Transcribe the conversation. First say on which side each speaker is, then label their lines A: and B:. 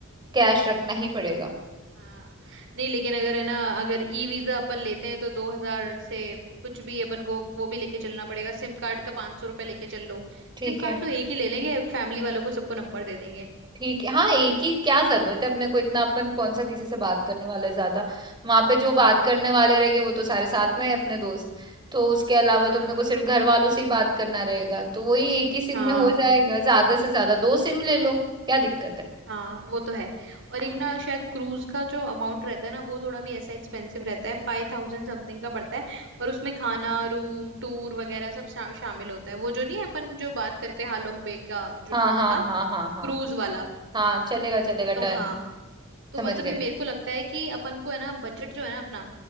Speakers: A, on the right; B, on the right.
A: कैश रखना ही पड़ेगा
B: हाँ नहीं लेकिन अगर है ना अगर ई वीजा अपन लेते हैं तो दो हजार से कुछ भी अपन को वो भी लेके चलना पड़ेगा सिम कार्ड का पाँच सौ रुपये लेके चल लो सिम
A: ठीक
B: कार्ड
A: है
B: तो एक ही ले लेंगे फैमिली वालों को सबको नंबर दे देंगे
A: ठीक है हाँ एक ही क्या जरूरत है अपने को इतना अपन कौन सा किसी से बात करने वाले ज्यादा वहां पे जो बात
B: हम्म
A: करने वाले रहेंगे वो तो सारे साथ में है अपने दोस्त तो उसके अलावा तो
B: हाँ
A: अपने को सिर्फ घर वालों से ही बात करना रहेगा तो वही एक ही सिम
B: हाँ
A: में हो जाएगा ज्यादा से ज्यादा दो सिम ले लो क्या दिक्कत है
B: हाँ वो तो है और
A: हम्म,
B: एक ना शायद क्रूज का जो अमाउंट रहता है ना वो थोड़ा भी ऐसा एक्सपेंसिव रहता है फाइव थाउजेंड समथिंग का पड़ता है पर उसमें खाना रूम टूर वगैरह सब शा, शामिल होता है वो जो नहीं है, अपन जो बात करते हैं हालोंग बे का जो
A: हाँ
B: टूर
A: हाँ
B: था
A: हाँ हाँ हाँ
B: क्रूज वाला
A: हाँ चलेगा चलेगा डन
B: तो हाँ तो
A: समझ
B: मतलब
A: गए
B: ये मेरे को लगता है कि अपन को है ना बजट जो है ना अपना